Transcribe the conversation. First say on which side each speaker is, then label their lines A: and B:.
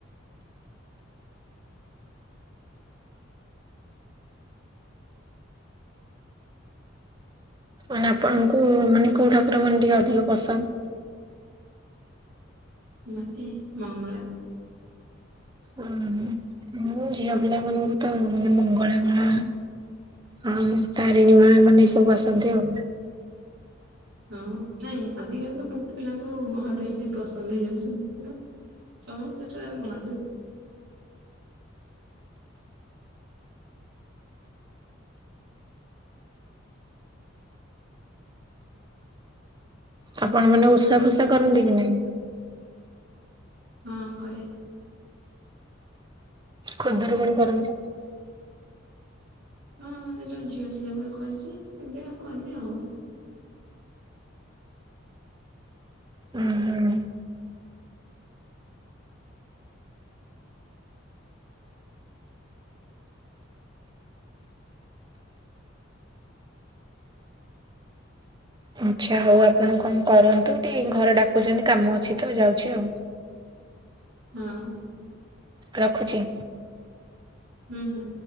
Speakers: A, on the right (about 20°); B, on the right (about 65°).
A: ମାନେ ଆପଣଙ୍କୁ ମାନେ କେଉଁ ଠାକୁର ମାନେ ଟିକେ ଅଧିକ ପସନ୍ଦ?
B: ମତେ ମଙ୍ଗଳା।
A: ଉଁ ହୁଁ। ମୁଁ ଝିଅ ପିଲାମାନଙ୍କୁ ତ ମଙ୍ଗଳା ମା ହଁ ତାରିଣୀ ମା ମାନେ ଏସବୁ ଆସନ୍ତି ଆଉ
B: ହଁ ନାଇଁ ଆଜିକାଲି ତ ବହୁତ ପିଲାଙ୍କ ମହାଦେବ ବି ପସନ୍ଦ ହେଇଯାଉଛନ୍ତି। ସମସ୍ତେ ପ୍ରାୟ ମହାଦେବ।
A: ଆପଣ ମାନେ ଓଷା ଫୁଷା କରନ୍ତି କି ନାହିଁ?
B: ହଁ କରେ।
A: ଖୁଦୁରୁକୁଣୀ କରନ୍ତି?
B: ହଁଁ ସେ ଝିଅ ଥିଲାବେଳେ କରିଛି ଏବେ ଆଉ କରିନି ଆଉ
A: ହୁଁ ହୁଁ। ଆଚ୍ଛା ହଉ ଆପଣ କଣ କରନ୍ତୁ ଟିକେ ଘରେ ଡାକୁଛନ୍ତି କାମ ଅଛି ତ ଯାଉଛି ଆଉ
B: ହଁ।
A: ରଖୁଛି।
B: ହୁଁ ହୁଁ।